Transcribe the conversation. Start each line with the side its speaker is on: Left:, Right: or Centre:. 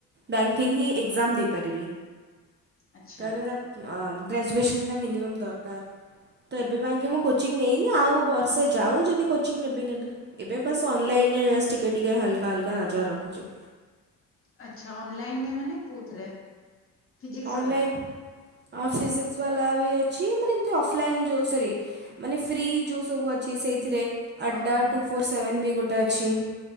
Right: ବ୍ୟାଙ୍କିଙ୍ଗ ହିଁ ଏଗ୍ଜାମ ଦେଇପାରିବି।
Left: ଆଚ୍ଛା
Right: କାରଣ ତା ଆମ୍ ଗ୍ରାଜୁଏସନ୍ ଟା ମିନିମମ୍ ଦରକାର। ତ ଏବେ ପାଇଁକି ମୁଁ କୋଚିଂ ନେଇନି ଆଉ ବର୍ଷେ ଯାଉ ଯଦି କୋଚିଂ ନେବି ନେବି। ଏବେ ବାସ୍ ଅନଲାଇନରେ ସ୍ ଟିକେ ଟିକେ ହାଲକା ହାଲକା ନଜର ରଖୁଛି।
Left: ଆଚ୍ଛା ଅନ୍ଲାଇନରେ ମାନେ କୋଉଥିରେ? ଫିଜିକ୍ସ
Right: ଅନନ୍ଲାଇନ୍
Left: ବାଲା?
Right: ଆ ଫିଜିକ୍ସ ବାଲା ବି ଅଛି ମାନେ ଏମିତି ଅଫଲାଇନ୍ ଯେଉଁ ସରି ମାନେ ଫ୍ରି ଯେଉଁ ସବୁ ଅଛି ସେଇଥିରେ ଆଡ୍ଡା
Left: ଓହୋ
Right: ଟୁ ଫୋର୍ ସେଭେନ୍ ବି ଗୋଟେ ଅଛି।